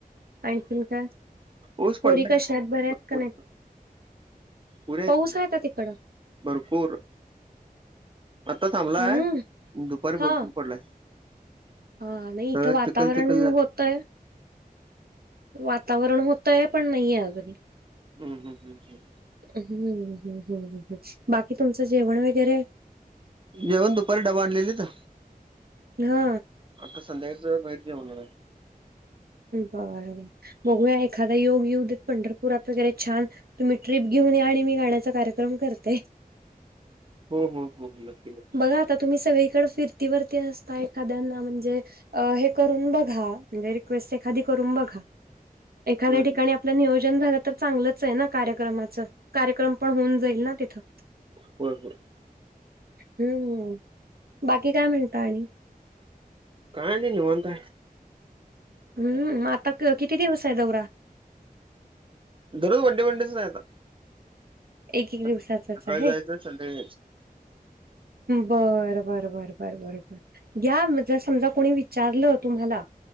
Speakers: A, on the right; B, on the right.
A: आणिख काय
B: पाऊस
A: पोरी
B: पडलाय
A: कशा आहेत बऱ्या
B: भरपूर
A: आहेत का नाय
B: पुरे आहेत
A: पाऊस
B: की
A: आहे का तिकडं
B: भरपूर आत्ता थांबलाय
A: हम्म
B: दुपारी
A: हा
B: भरपूर पडलाय.
A: हा नाही
B: सगळं
A: इथं वातावरण
B: चिखल चिखल झालं
A: होतय. वातावरण होतय पण नहीये अजूनही
B: हम् हम् हम् हम्
A: हूं हूं हूं हूं हूं हूं बाकी तुमचं जेवण वगैरे
B: जेवण दुपारी डबा आणलेले इथं
A: हा
B: आता संध्याकाळचं बाहेर जेवणं होणार.
A: बार बघूया एखादा योग येऊ देत पंढरपुरात वगैरे छान तुम्ही ट्रीप घेऊन या आणि मी गाण्याचा कार्यक्रम करते.
B: हो हो हो नक्की नक्की
A: बघा आता तुम्ही सगळीकडे फिरतीवरती असताय एखाद्याना म्हणजे अ हे करून बघा म्हणजे रिक रिक्वेस्ट एखादी करून बघा एखाद्या
B: हम्म,
A: ठिकाणी आप आपलं नियोजन झालं तर चांगलंच आहे ना कार्यक्रमाच कार्यक्रम पण होऊन जाईल ना तिथं
B: होय होय.
A: हूं हूं बाकी काय म्हणता आणि
B: काय नाय निवांत हाय
A: हम्म हूं आता क किती दिवस आहे दौरा
B: दररोज वडे वंडेच हाय आता
A: एक एक दिवसाचाच
B: सकाळी
A: आहे
B: जायचं संडेला यायच
A: बर बरं बर बरं बर बर घ्या म समजा कोणी विचारलं तुम्हाला